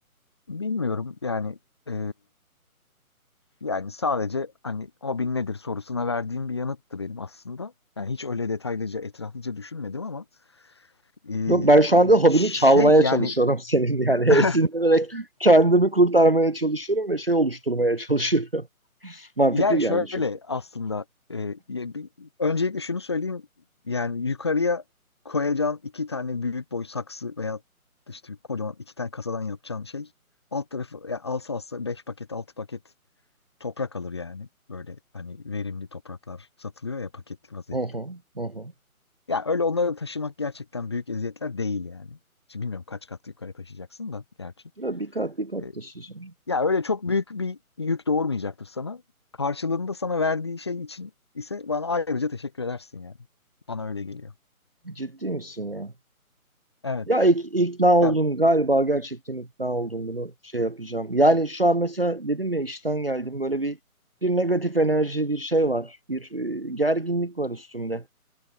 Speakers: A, on the left; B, on the right.
A: Bilmiyorum yani e, yani sadece hani hobin nedir sorusuna verdiğim bir yanıttı benim aslında. Yani hiç öyle detaylıca etraflıca düşünmedim ama e,
B: Yok ben şu anda hobini
A: şey
B: çalmaya
A: yani
B: çalışıyorum senin yani
A: <laughs>
B: <laughs> esinlenerek kendimi kurtarmaya çalışıyorum ve şey oluşturmaya çalışıyorum. <laughs> Mantıklı
A: Yani
B: geldi
A: şöyle
B: çünkü.
A: aslında e, ya bir- öncelikle şunu söyleyeyim yani yukarıya koyacağın iki tane büyük boy saksı veya işte bir kocaman iki tane kasadan yapacağın şey alt tarafı yani alsa alsa beş paket altı paket toprak alır yani böyle hani verimli topraklar satılıyor ya paketli vaziyette.
B: Hı hı, hı hı.
A: Ya öyle onları taşımak gerçekten büyük eziyetler değil yani. Şimdi bilmiyorum kaç kat yukarı taşıyacaksın da gerçi.
B: Ya bir kat bir kat
A: E,
B: taşıyacağım.
A: ya öyle çok büyük bir yük doğurmayacaktır sana. Karşılığında sana verdiği şey için ise bana ayrıca teşekkür edersin yani. Bana öyle geliyor.
B: Ciddi misin ya?
A: Evet.
B: Ya ik- ikna
A: Yani
B: oldum galiba gerçekten ikna oldum bunu şey yapacağım. Yani şu an mesela dedim ya işten geldim böyle bir bir negatif enerji bir şey var. Bir e, gerginlik var üstümde.